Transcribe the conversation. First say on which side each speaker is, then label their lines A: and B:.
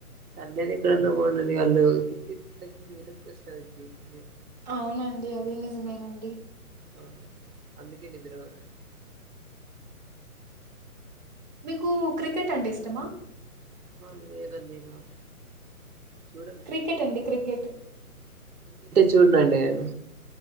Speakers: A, on the right; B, on the right.
A: అంటే నిద్ర అంత పోతది ఇగ వాళ్ళు తిట్టే తిట్లకు నిద్ర ఎట్ల వస్తాది నీకి
B: అవునండి అదే నిజమేనండి
A: అ అందుకే నిద్ర పోనండి
B: మీకు క్రికెట్ అంటే ఇష్టమా
A: ఆ లేదండి నాకు చూడండి
B: క్రికెట్ అండి క్రికెట్
A: చూడండండి నేను